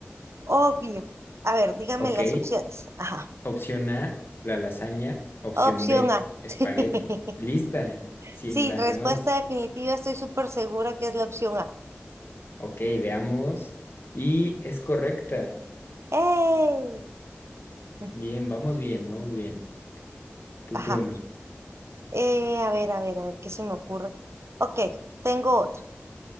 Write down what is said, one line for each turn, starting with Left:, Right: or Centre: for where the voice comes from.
Right: obvio. A ver, dígame
Left: Ok,
Right: las opciones. Ajá.
Left: Opción A, la lasaña. Opción
Right: Opción
Left: B,
Right: A.
Left: espagueti.
Right: <laughs>
Left: Lista, sin
Right: Sí,
Left: las
Right: respuesta
Left: demás.
Right: definitiva, estoy súper segura que es la opción A.
Left: Ok, veamos. Y es correcta.
Right: ¡Ey! <laughs>
Left: Bien, vamos bien, vamos bien. Tu
Right: Ajá.
Left: turno.
Right: Eh, a ver, a ver, a ver, ¿qué se me ocurre? Ok, tengo otra.